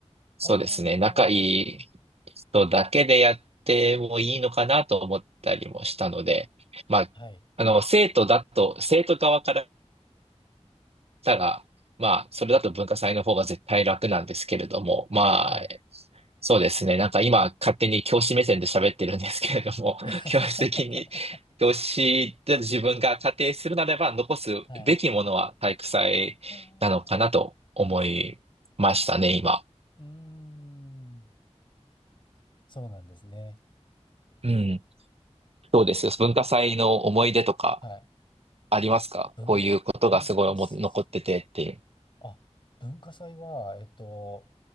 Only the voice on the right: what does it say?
そうですね、
仲いい人だけでやってもいいのかなと思ったりもしたので、まあ、
あの、生徒だと、生徒側からたが、まあ、それだと文化祭の方が絶対楽なんですけれども、まあ、
そうですね。なんか今、勝手に教師目線で喋ってるんですけれども、<laughs>
教師的に、教師で自分が仮定するならば、残すべきものは体育祭なのかなと思いましたね、
今。
うん。どうですよ。文化祭の思い出とか
ありますかこういうことがすごい思残っててっていう。